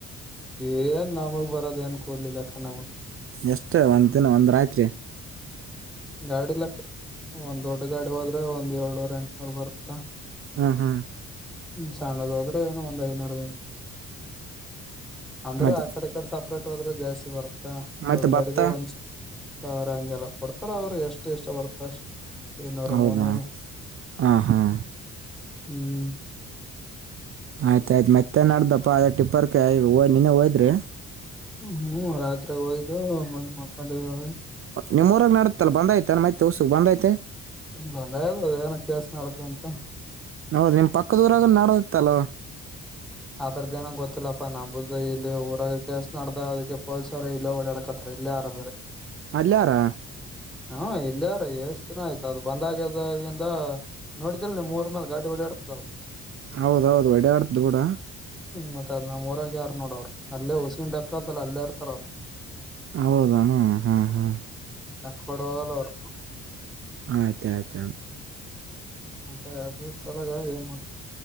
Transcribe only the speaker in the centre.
ಏನ್ ನಮಗ್ ಬರದ ಏನ್ ಕೋದಲಿಲ್ಲ ಅಕ್ಕ ನಮಗ್
ಗಾಡಿ ಲೆಕ್ಕ ಕ ಒಂದ್ ದೊಡ್ಡ ಗಾಡಿ ಹೋದ್ರೆ ಒಂದ್ ಏಳ್ನೂರ್ ಎಂಟನೂರ್ ಬರುತ್ತಾ ದ
ಹ್ಮ ಸಣ್ಣದು ಹೋದ್ರೆ ಏನೋ ಒಂದ್ ಐನೂರು ಅಂದ್ರ
ಆ ಕಡೆ ಕಡೆ ಸಪ್ರೇಟ್ ಹೋದ್ರೆ ಜಾಸ್ತಿ ಬರ್ತಾ
ದೊಡ್ಡ ಗಾಡಿದು
ಒಂದ್ಸ ಸ ಅವ್ರ ಹಂಗೆಲ್ಲ ಕೊಡ್ತಾರ ಅವ್ರು ಎಷ್ಟು ಇಷ್ಟ ಬರ್ತ ಅಷ್ಟ ಇನ್ನುರ
ಮುನ್ನೂರು
ಹ್ಮ್
ಹ್ಮ್ ರಾತ್ರಿಗ್ ಹೋಯ್ದು ಬಂದ್ ಮಕ್ಕೊಂಡಿವಾಗ
ಬಂದಾಯದು ಏನ ಕೆೇಸ ನಡ್ದ ಅಂತ
ಅದ್ರದ್ದ ನಂಗ್ ಗೊತ್ತಿಲ್ಲಪ್ಪಾ ನಂಬುದ ಇಲ್ಲಿ ಊರ ಕೆಲ್ಸ ನಡ್ದ ಅದಕ್ಕೆ ಪೊಲೀಸರು ಇಲ್ಲೋ ಓಡಾಡಕತ್ ಇಲ್ಲಾರಾ
ಹ ಇಲ್ಲಿ ಯಾರ ಎಷ್ಟ ದಿನ ಆಯ್ತು ಅದು ಬಂದಾಗ್ಯದಾಗಿಂದ ನೋಡಿದಿಲ್ ನೀಮ್ ಮೂರ್ ಮೇಲ್ ಗಾಡಿ ಓಡಾಡುತ್ತದಲ್ಲ
ಮತ್ತತ್ ಅದ ನಮ್ಮೂರ ಯಾರು ನೋಡ ಅವರು ಅಲ್ಲೇ ಹುಸಗಿಂಡಕ್ಕತಲ್ಲ ಅಲ್ಲೇ ಇರ್ತಾರ ಅವರು
ಹೋಗಲ್ಲ ಅವರು
ಮತ್ತೆ ಅದ ಸಲಾಗ ಏನ್ ಮಾಡ